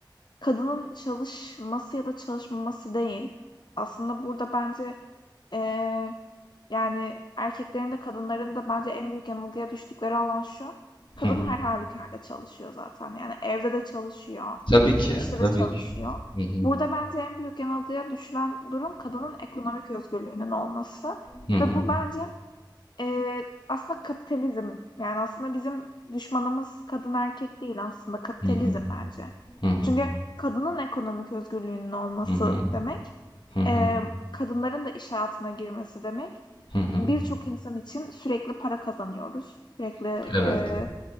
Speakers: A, on the left (about 65°); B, on the left (about 80°).
A: kadının çalışması ya da çalışmaması değil. Aslında burada bence eee, yani erkeklerin de kadınların da bence en büyük yanılgıya düştükleri alan şu. Kadın
B: Hı.
A: her halükarda çalışıyor zaten. Yani evde de çalışıyor
B: Tabii ki,
A: işte
B: tabii
A: de çalışıyor.
B: ki. Hı hı.
A: Burada bence en büyük yanılgıya düşülen durum kadının ekonomik özgürlüğünün olması
B: Hı hı.
A: ve bu bence, eee, aslında kapitalizm. Yani aslında bizim düşmanımız kadın erkek değil aslında kapitalizm
B: Hı hı.
A: bence.
B: Hı hı.
A: Çünkü kadının ekonomik özgürlüğünün olması
B: Hı hı.
A: demek,
B: Hı hı.
A: emm, kadınların da iş hayatına girmesi demek.
B: Hı hı.
A: Birçok insan için sürekli para kazanıyoruz. Sürekli,
B: Evet,
A: eee,